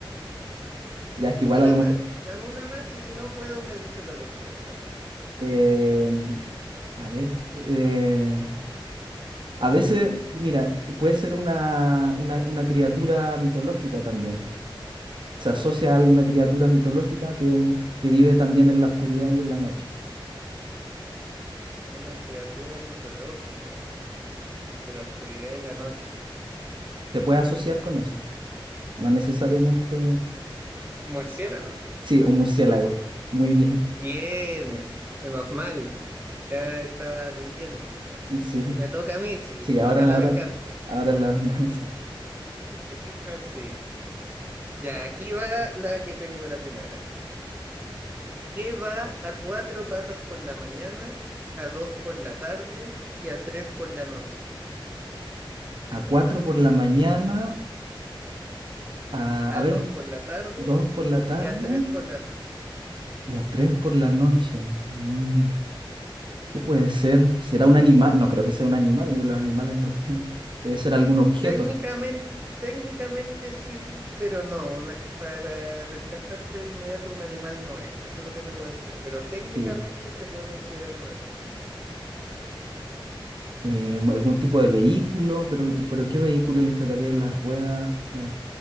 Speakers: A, on the right (about 60°); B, on the right (about 20°).
A: Ya es que igual
B: Una
A: a lo
B: más.
A: mejor.
B: Dame una más y si no puedo me dice la respuesta.
A: Eh, a ver, eh, a veces, mira, puede ser una, una, una criatura mitológica también. Se asocia a alguna criatura mitológica que, que vive también en la oscuridad y en la noche.
B: Una criatura mitológica de la oscuridad y la noche.
A: Se puede asociar con eso. No necesariamente.
B: ¿Murciélago?
A: Sí, un murciélago. Muy bien. <laughs>
B: Bien. Menos mal. Ya estaba rindiéndome ya.
A: Sí,
B: Me toca a mí, sí.
A: sí,
B: Me
A: ahora,
B: toca la
A: ahora,
B: venganza.
A: ahora es la venganza.
B: <laughs> Así. Ya, aquí va la que tengo la primera. que va a cuatro patas por la mañana, a dos por la tarde y a tres por la noche.
A: A cuatro por la mañana, a,
B: A
A: a ver,
B: dos por la tarde
A: dos por la tarde
B: y a tres por la noche.
A: y a tres por la noche. Mm. ¿Qué puede ser? ¿Será un animal? No creo que sea un animal, porque los animales no tienen. Debe ser algún objeto,
B: Técnicamente, técnicamente sí, pero no. una- Para descartarte de inmediato, un animal no es. Eso es lo que te puedo decir. Pero técnicamente
A: sí.
B: se puede considerar un animal.
A: Eh, algún tipo de vehículo, pero, pero ¿qué vehículo le sacaría la rueda eh,